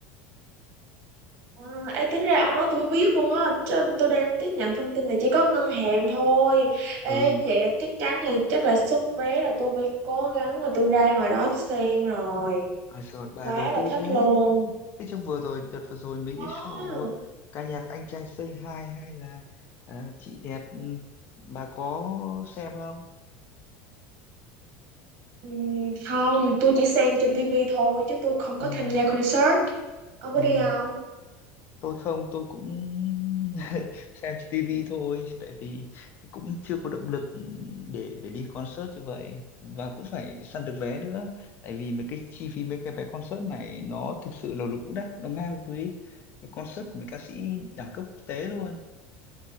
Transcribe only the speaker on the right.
À, ê, tính ra ông nói tôi mới biết luôn á. Chứ tôi đang tiếp nhận thông tin là chỉ có ngân hàng thôi. Ê
vậy là chắc chắn là chắc là xuất vé là tôi phải cố gắng mà tôi ra ngoài đó xem rồi.
Quá
là
thích
luôn.
Ờ,
ừm, không, tôi chỉ xem trên tivi thôi chứ tôi không
có tham gia concert. Ông
có đi không?